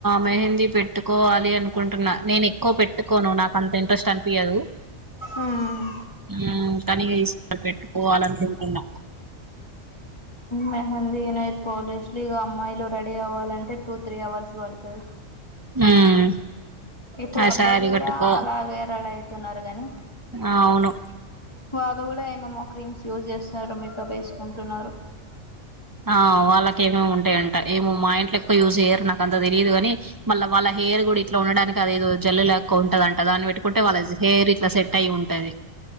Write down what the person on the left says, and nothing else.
మ్మ్
మెహందీ నైర్ పోలీస్లు ఇగ అమ్మాయిలు రెడీ అవ్వాలంటే టూ త్రీ అవర్స్ పడుతది
ఇప్పుడు
అబ్బాయిలు
కూడా
అలాగే రడి అయితున్నారు గాని
వాళ్ళు కూడా ఏమేమో క్రీమ్స్ యూజ్ చేస్తున్నారు మేకప్ వేసుకుంటున్నారు